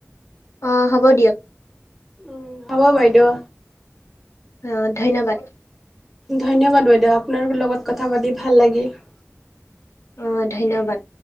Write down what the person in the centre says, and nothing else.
উম, হ'ব বাইদেউ।
ধন্যবাদ বাইদেউ, আপোনাৰ লগত কথা পাতি ভাল লাগিল।